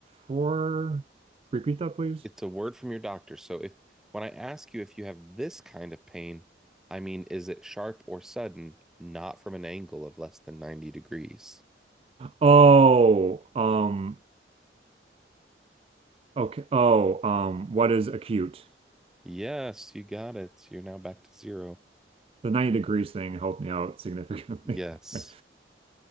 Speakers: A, on the right (about 30°); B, in the centre.
A: for? Repeat that, please.
B: It's a word from your doctor. So if when I ask you if you have this kind of pain, I mean, is it sharp or sudden, not from an angle of less than 90 degrees?
A: Oh, um, okay. Oh, um, what is acute?
B: Yes, you got it. You're now back to zero.
A: The 90 degrees thing helped me out significantly.
B: Yes.
A: <laughs>